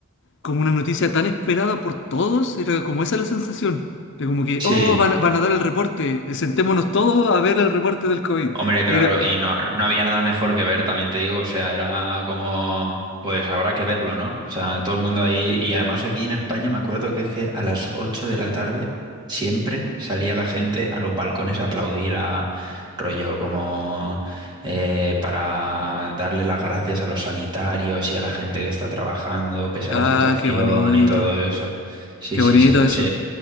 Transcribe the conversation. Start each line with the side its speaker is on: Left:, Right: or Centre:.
Left: como una noticia tan esperada por todos, era como esa la sensación. De como que,
Right: sí.
Left: oh, van, a van a dar el reporte, sentémonos todos a ver el reporte del COVID.
Right: Hombre, claro,
Left: Y era,
Right: y no, no había nada mejor que ver, también te digo, o sea, era como, pues habrá que verlo, ¿no? O sea, todo el mundo ahí, y además aquí en España me acuerdo que es que a las 8 de la tarde siempre salía la gente a los balcones a aplaudir a rollo como eh, para darle las gracias a los sanitarios y a la gente que está trabajando pese
Left: ah,
Right: a la situación
Left: qué bonito,
Right: y todo eso. Sí,
Left: qué
Right: sí,
Left: bonito
Right: se, pu-
Left: eso.
Right: se,